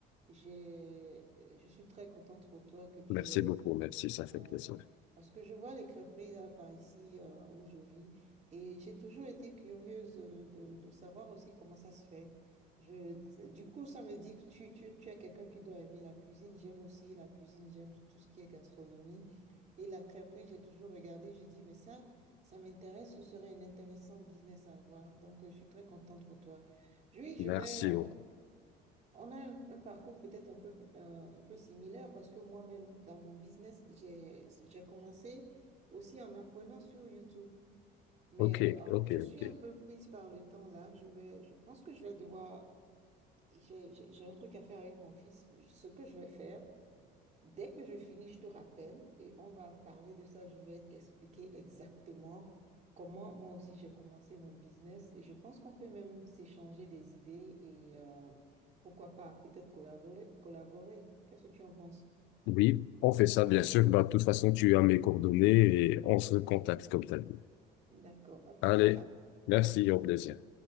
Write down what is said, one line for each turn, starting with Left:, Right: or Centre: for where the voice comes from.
Right: j'ai, je suis très contente pour toi que tu
Left: Merci
Right: aies
Left: beaucoup, merci, ça fait
Right: Ouais,
Left: plaisir.
Right: parce que je vois les crêperies là par ici euh, où je vis et j'ai toujours été curieuse euh, de, de savoir aussi comment ça se fait. Je, du coup, ça me dit que tu, tu, tu es quelqu'un qui doit aimer la cuisine. J'aime aussi la cuisine, j'aime tout ce qui est gastronomie. Et la crêperie, j'ai toujours regardé, j'ai dit, mais ça, ça m'intéresse, ce serait un intéressant business à avoir. Donc, euh, je suis très contente pour toi. Oui,
Left: Merci
Right: je vais, euh,
Left: beaucoup.
Right: on a un, un parcours peut-être un peu, euh, un peu similaire parce que moi-même, dans mon business, j'ai, j'ai commencé aussi en apprenant sur YouTube. Mais
Left: Ok,
Right: euh,
Left: ok,
Right: je suis
Left: ok.
Right: un peu prise par le temps là. Je vais, je pense que je vais devoir, j'ai, j'ai j'ai un truc à faire avec mon fils. Ce que je vais faire, Dès que je finis, je te rappelle et on va parler de ça. Je vais t'expliquer exactement comment moi aussi j'ai commencé mon business et je pense qu'on peut même s'échanger des idées et euh, pourquoi pas peut-être collaborer, collaborer. Qu'est-ce que tu en penses?
Left: Oui, on fait ça, bien sûr. Bah, de toute façon, tu as mes coordonnées et on se contacte comme t'as dit.
Right: D'accord, à plus
Left: Allez,
Right: tard.
Left: merci, au plaisir.